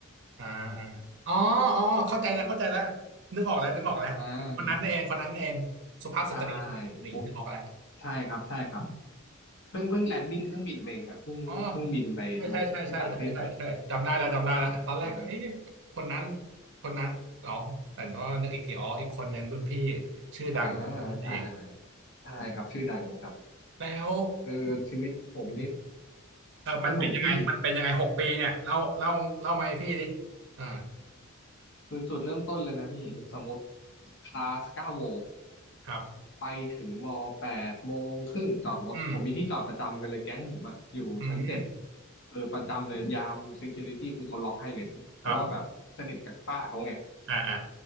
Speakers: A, on the right (about 55°); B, on the left (about 55°).
A: อ่าอ่าอ๋ออ๋อเข้าใจแล้วเข้าใจแล้ว
B: โอ้ย
A: นึกออกแล้วนึกออกแล้วคนนั้นนี่เองคนนั้นนี่เองสุภาพสตรีสุภาพสตรีนึกออกแล้ว
B: อ่าใช่ผมใช่ครับใช่ครับ เพิ่งเพิ่งแลนดิ้งเครื่องบินไปเองครับเพิ่งเพิ่งบินไปลงที่ต่างประเทศไป
A: อ๋อใช่ใช่ใช่ใช่ใช่ใช่ใช่จำได้แล้วจำได้แล้วตอนแรกก็เอ๊ะคนนั้น
B: ใช่
A: คนนั้นอ๋อแต่ก็นึกอีกทีอ๋ออีกคนหนึ่งรุ่นพี่ชื่อดังคนนั้นนั่นเอง
B: อ่าใช่ใช่ครับชื่อดังครับ
A: แล้ว
B: เออชีวิตผมนี่
A: <clears throat> เออมันเป็นยังไงมันเป็นยังไงหกปีเนี่ยเล่าเล่าเล่ามาให้พี่ดิ
B: สนุกพี่
A: อ่า
B: คือจุดเริ่มต้นเลยนะพี่สมมติคลาสเก้าโมง
A: ครับ
B: ไปถึงมแปดโมงครึ่งจอดรถผมมีที่จอดประจำกันเลยแก๊งผมอะอยู่ชั้นเจ็ด
A: อืมอืม
B: เออประจำเลยยาม security คือเขาล็อกให้เลยเพราะว่าแบบสนิทกับป้าเขาไง
A: ครับอ่าอ่า